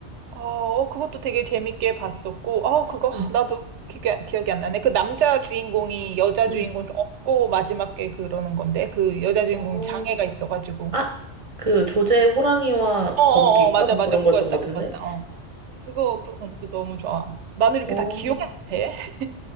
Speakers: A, on the right; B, on the right.
A: 어, 어, 그것도 되게 재밌게 봤었고, 어, 그거, 하,
B: 응,
A: 나도 기 기억이 안 나네. 그 남자 주인공이 여자
B: 응.
A: 주인공 이렇게 업고 마지막에 그러는 건데, 그 여자 주인공이
B: 어,
A: 장애가 있어가지고.
B: 아, 그 조제 호랑이와
A: 어, 어,
B: 거북이인가?
A: 어, 맞아,
B: 뭐
A: 맞아.
B: 그런
A: 그거였다,
B: 거였던 것
A: 그거였다.
B: 같은데?
A: 어. 그거, 그건 도 너무 좋아. 나는 이렇게
B: 어.
A: 다 기억을 못해. <laughs>